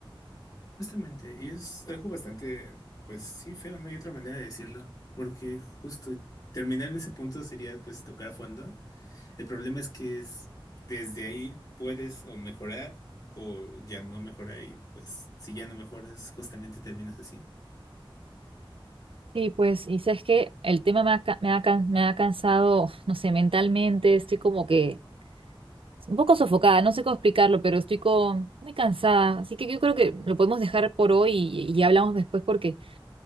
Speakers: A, on the left (about 40°); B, on the right (about 75°).
A: Justamente, y es algo bastante, pues sí, feo, no hay otra manera de decirlo, porque justo terminar en ese punto sería pues tocar fondo. El problema es que es desde ahí puedes o mejorar o ya no mejorar y pues si ya no mejoras justamente terminas así.
B: Sí, pues, y sabes que el tema me ha, ca- me ha, can- me ha cansado, no sé, mentalmente, estoy como que un poco sofocada, no sé cómo explicarlo, pero estoy con, muy cansada, así que yo creo que lo podemos dejar por hoy y, y hablamos después porque,